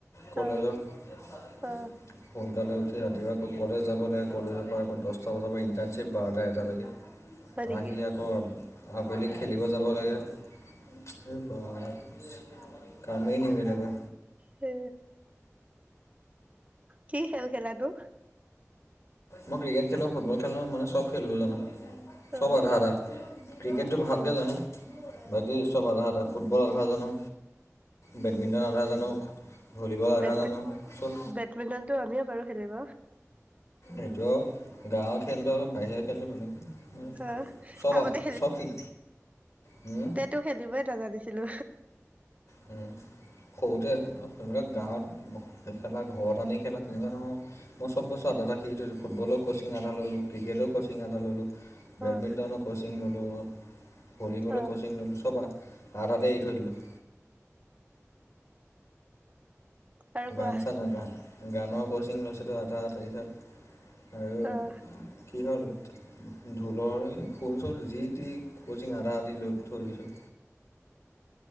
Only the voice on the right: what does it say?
অ
অ
হয় নেকি
হু, কি খেল খেলা নো?
অ
হয় নেকি
বেডমি
বেডমিন্টনটো আমিও পাৰো খেলিব।
অহ,
আগতে
টো খেলিবই নাজানিছিলো।
অহ,
অহ
আৰু কোৱা
অহ।